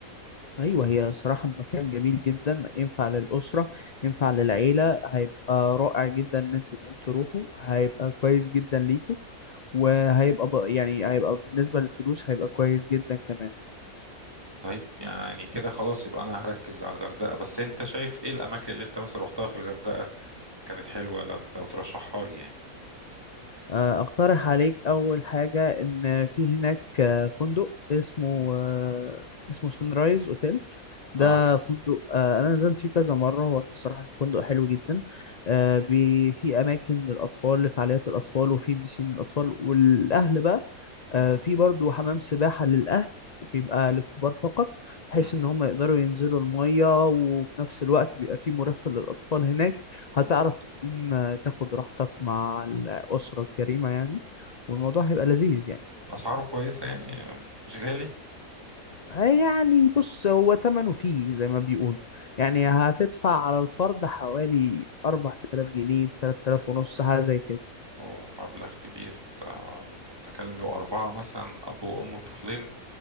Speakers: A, on the left; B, on the right.
A: أيوه هي الصراحة مكان جميل جدا ينفع للأسرة ينفع للعيلة هيبقى رائع جدا إن أنت تقوم تروحه هيبقى كويس جدا ليكم وهيبقى ب- يعني هيبقى بالنسبة للفلوس هيبقى كويس جدا كمان
B: طيب يعني كده خلاص يبقى أنا هركز على الغردقة بس أنت شايف إيه الأماكن اللي أنت مثلا روحتها في الغردقة كانت حلوة لا- لو ترشحها لي يعني
A: آه، اقترح عليك اول حاجة ان في هناك آه، فندق اسمه
B: مم.
A: آه، اسمه سان رايز اوتيل ده
B: اه
A: فندق آه، انا نزلت فيه كذا مرة هو الصراحة الفندق حلو جدا آه، بي- في اماكن للاطفال لفعاليات الاطفال وفي بيسين للاطفال والاهل بقى آه،
B: مم.
A: في برضو حمام سباحة للأهل بيبقى للكبار فقط
B: مم.
A: بحيث ان هم يقدروا ينزلوا المية وفي نفس الوقت بيبقى في مرافق للأطفال هناك هتعرف
B: مم.
A: تقوم آه، تاخد راحتك مع الأسرة الكريمة يعني والموضوع هيبقى لذيذ يعني
B: أسعاره كويسة يعني مش غالي
A: آه، يعني بص هو تمنه فيه زي ما بيقولوا يعني هتدفع على الفرد حوالي 4000 جنيه 3000 ونص حاجة زي كده
B: ومبلغ كبير آه، بتتكلم لو أربعة مثلا أب وأم وطفلين